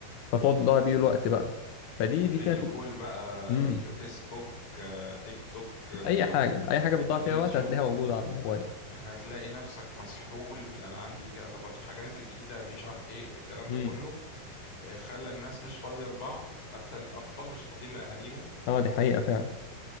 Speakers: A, on the left (about 70°); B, on the left (about 50°).
A: فتقعد تضيع بيه الوقت بقى فدي دي
B: فيديو
A: كانت
B: كول بقى
A: امم
B: في- فيسبوك آه، تيك توك آه،
A: اي حاجه اي حاجه بتضيع
B: يوتيوب
A: فيها وقت هتلاقيها موجوده على الموبايل
B: فهتلاقي نفسك مسحول انا عندي كده طب في حاجه نزلت جديده في مش عارف ايه الكلام ده
A: امم
B: كله آه، خلى الناس مش فاضيه لبعض حتى الاطفال مش فاضيين لاهاليهم
A: اه دي حقيقه فعلا